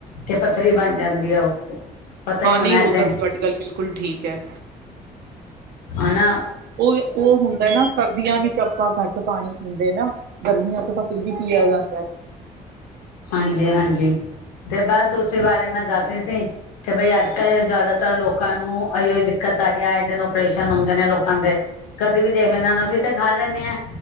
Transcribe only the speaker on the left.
ਕਿ ਪੱਥਰੀ ਬਣ ਜਾਂਦੀ ਏ ਉਹ। ਪਤਾ
ਹੀ ਹੋਣਾ
ਤੇ
ਆਨਾ।
ਹਾਂਜੀ, ਹਾਂਜੀ। ਤੇ ਬਸ
ਉਸੇ ਬਾਰੇ ਮੈਂ ਦੱਸ ਏਸੀ, ਕਿ ਬਈ ਅੱਜ ਕੱਲ ਜ਼ਿਆਦਾਤਰ ਲੋਕਾਂ ਨੂੰ ਅਹਿਯੋ ਹੀ ਦਿੱਕਤ ਆ ਰਹੀ ਹੈ। ਆਏ ਦਿਨ ਓਪਰੇਸ਼ਨ ਹੁੰਦੇ ਨੇ ਲੋਕਾਂ ਦੇ। ਕਦੇ ਵੀ ਦੇਖ ਲੈਨਾਂ ਅਸੀਂ ਤੇ ਘਰ ਰਹਿਨੇ ਹੈ,